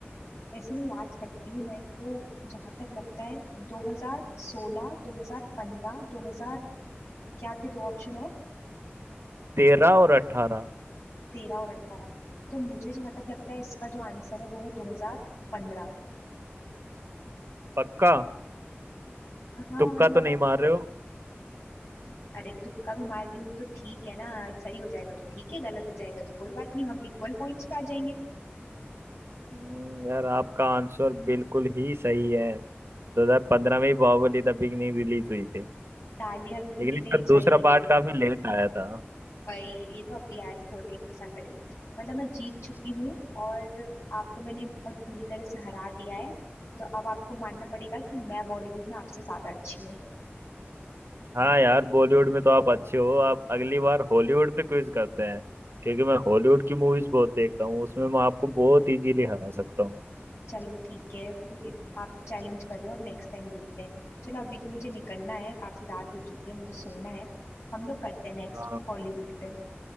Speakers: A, on the left; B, on the right.
A: वैसे मैं याद करती हूँ मैं तो जहां तक लगता है 2016 2015 2000 क्या थे दो ऑप्शन और
B: तेरह और अठारह
A: 13 और 18 तो मुझे जहां तक लगता है इसका जो आंसर है वो है 2015
B: पक्का
A: हाँ
B: तुक्का
A: मतलब
B: तो नहीं मार रहे हो
A: अरे तुक्का भी मार रही हूँ तो ठीक है ना सही हो जाएगा तो ठीक है गलत हो जाएगा तो कोई बात नहीं हम इक्वल पॉइंट्स पे आ जाएंगे
B: हम्म, यार आपका आंसर बिल्कुल ही सही है 2015 में ही बाहुबली द बिगनिंग रिलीज हुई थी
A: तालियां रुकनी
B: लेकिन इसका
A: नहीं
B: दूसरा
A: चाहिए
B: पार्ट काफी लेट आया था
A: भाई ये तो अभी आया था थोड़े एक दो साल पहले मतलब मैं जीत चुकी हूँ और आपको मैंने बहुत बुरी तरह से हरा दिया है तो अब आपको मानना पड़ेगा कि मैं बॉलीवुड में आपसे ज्यादा अच्छी हूँ
B: हाँ यार बॉलीवुड में तो आप अच्छे हो आप अगली बार हॉलीवुड पे क्विज करते हैं क्योंकि मैं हॉलीवुड की मूवीज बहुत देखता हूँ उसमें मैं आपको बहुत इजीली हरा सकता हूँ
A: चलो ठीक है फिर इत- आप चैलेंज कर रहे हो अब नेक्स्ट टाइम देखते हैं चलो अभी तो मुझे निकलना है काफी रात हो चुकी है मुझे सोना है हम लोग करते हैं नेक्स्ट
B: हाँ
A: हॉलीवुड पे